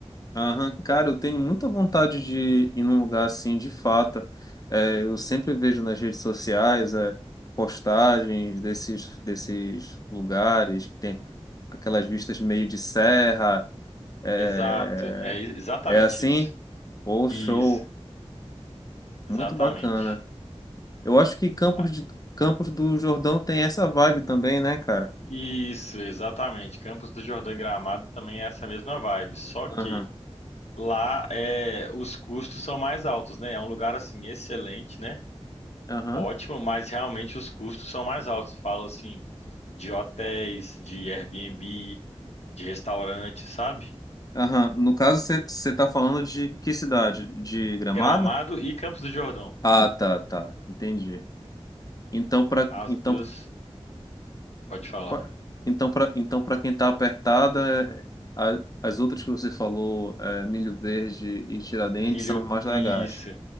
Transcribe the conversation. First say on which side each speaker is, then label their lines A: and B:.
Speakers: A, on the left (about 35°); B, on the left (about 90°).
A: Aham, Cara, eu tenho muita vontade de ir num lugar assim, de fato. É, eu sempre vejo nas redes sociais, é, postagens desses, desses lugares que tem aquelas vistas meio de serra. É,
B: Exato, é e- exatamente
A: é assim?
B: isso.
A: Pô, show!
B: Isso, exatamente.
A: Muito bacana. Eu acho que Campos
B: Ah,
A: de, Campos do Jordão tem essa vibe também, né, cara?
B: Isso, exatamente. Campos do Jordão e Gramado também é essa mesma vibe, só que
A: Aham,
B: lá é, os custos são mais altos, né? É um lugar assim excelente, né?
A: aham,
B: Ótimo, mas realmente os custos são mais altos. Eu falo assim de hotéis, de Airbnb, de restaurantes, sabe?
A: aham. No caso, você tá falando de que cidade? De Gramado?
B: Gramado e Campos do Jordão.
A: Ah, tá, tá. Entendi. Então, para
B: As
A: então,
B: duas, pode falar.
A: pra- então, para então, para quem está apertada, é, a- as outras que você falou, é, Milho Verde e Tiradentes,
B: Milho,
A: são mais legais.
B: isso,